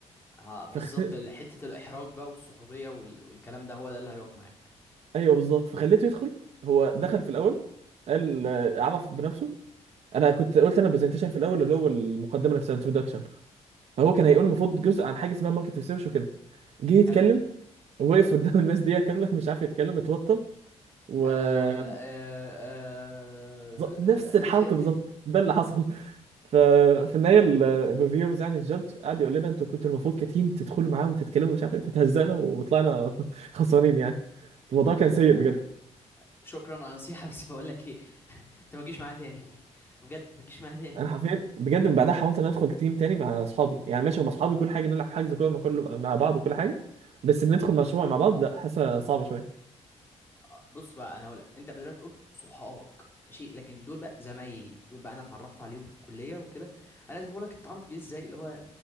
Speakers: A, on the left; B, on the right.
A: آه بالظبط
B: فخ... <laughs>
A: ال- حتة الإحراج بقى والصحوبية وال- والكلام ده هو ده اللي هيقف معاك
B: ايوه بالظبط فخليته يدخل هو دخل في الاول قال آه، عرف بنفسه انا كنت قلت انا برزنتيشن في الاول اللي هو المقدمه نفسها انتروداكشن فهو كان هيقول المفروض جزء عن حاجه اسمها ماركت ريسيرش وكده جه يتكلم
A: حلو
B: وقف قدام الناس دقيقة كاملة مش عارف يتكلم اتوتر وبالظبط
A: آه آه آه
B: نفس الحركة
A: آه، ك-
B: بالظبط ده اللي حصل ففي النهاية الريفيورز يعني الجادج قعد يقول لنا انتوا كنتوا المفروض كتيم تدخلوا معاه وتتكلموا مش عارف ايه فتهزقنا وطلعنا <laughs> خسرانين يعني الموضوع كان
A: آه،
B: سيء بجد
A: شكرا على النصيحة بس بقول لك ايه انت ما تجيش معايا تاني بجد ما تجيش معايا تاني
B: انا حرفيا بجد من بعدها حاولت ان أنا ادخل تيم تاني مع اصحابي يعني ماشي هم اصحابي كل حاجه نلعب حجز كوره مع كل مع بعض وكل حاجه بس ندخل
A: مم.
B: مشروع مع بعض لا حاسه صعبه شويه
A: آه، بص بقى انا هقول لك انت دلوقتي قلت صحابك ماشي لكن دول بقى زمايلي دول بقى انا اتعرفت عليهم في الكليه وكده انا لازم اقول لك التعرف جه ازاي اللي هو